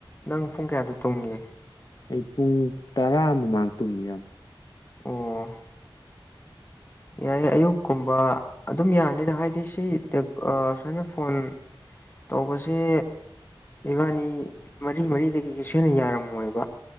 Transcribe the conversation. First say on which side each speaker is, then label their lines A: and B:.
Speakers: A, on the left; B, on the left.
A: ꯅꯪ ꯄꯨꯡ ꯀꯌꯥꯗ ꯇꯣꯡꯒꯦ
B: ꯑꯩ ꯄꯨꯡ ꯇꯔꯥ ꯃꯃꯥꯡ ꯇꯨꯝꯃꯦ ꯏꯌꯥꯝ
A: ꯑꯣ ꯌꯥꯏꯌꯦ ꯑꯌꯨꯛꯀꯨꯝꯕ ꯑꯗꯨꯝ ꯌꯥꯅꯤꯗ ꯍꯥꯏꯗꯤ ꯁꯤ ꯑ ꯁꯨꯃꯥꯏꯅ ꯐꯣꯟ ꯇꯧꯕꯁꯦ ꯏꯕꯥꯅꯤ ꯃꯔꯤ ꯃꯔꯤꯗꯒꯤ ꯀꯩꯁꯨ ꯍꯦꯟꯅ ꯌꯥꯔꯝꯃꯣꯏꯕ